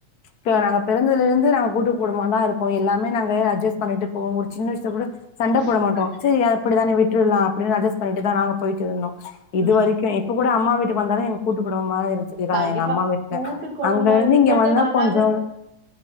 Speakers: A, on the left; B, on the right.
A: இப்ப நாங்க பெறந்தலருந்து நாங்க கூட்டு கூடும்மா தா இருக்கோ எல்லாமே நாங்க அட்ஜஸ்ட் பண்ணிட்டு போவோம் ஒரு சின்ன விஷ்யோ கூட சண்ட போட
B: ம்
A: மாட்டோம் சரி அப்படித்தான விட்ருலாம் அப்டின்னு அட்ஜஸ் பண்ணிட்டு தா நாங்க போயிட்டு இருந்தோ இது வரைக்கும்
B: ம்
A: இப் இப்ப கூட அம்மா வீட்டுக் வந்தாலும் எனக் கூட்டு குடும்பமாவே இத் இதாங்க
B: கண்டிப்பா
A: எங்க அம்மா வீட்ல
B: கூட்டு குடும்போ
A: அங்க இருந்து
B: இருக்கறது
A: இங்க வந்தா
B: நல்லது
A: கொஞ்சம்